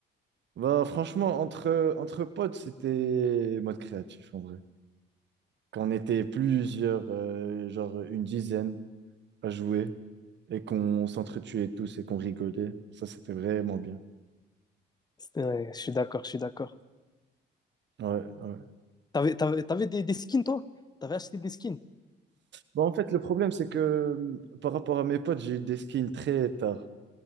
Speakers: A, on the right; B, on the left.
A: Bah, franchement, entre, entre potes, c'était mode créatif, en vrai. qu'on était plusieurs, euh, genre une dizaine à jouer et qu'on s'entretuait tous et qu'on rigolait. Ça, c'était vraiment bien.
B: C'est vrai, je suis d'accord, je suis d'accord.
A: Ouais, ouais.
B: T'avais, t'avais, t'avais des, des skins, toi? T'avais acheté des skins?
A: Bon, en fait, le problème, c'est que euh, par rapport à mes potes, j'ai eu des skins très tard.